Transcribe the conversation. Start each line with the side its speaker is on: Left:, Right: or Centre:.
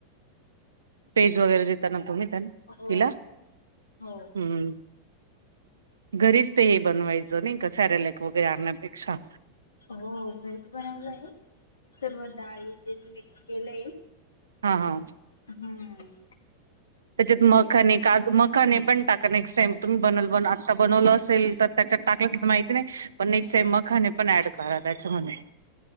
Right: पेज वगैरे देताना तुम्ही त्यांना
Left: हो
Right: तिला,
Left: हो हो
Right: हम्म घरीच ते हे बनवायचं नाही का, सॅरलक वगैरे आण्यापेक्षा.
Left: हो व्हेज बनवलय, सर्व डाळी तेन मिक्स केलय
Right: हं हां
Left: हं
Right: त्याच्यात मग कानी काजु म मखाने हे पण टाका नेक्स्ट टाइम तुम्ही बनल बन आत्ता बनवलं असेल तर त्याच्यात टाकल काय माहिती नाही पण नेक्स्ट टाईम मखाणे पण ऍड करा त्याच्यामध्ये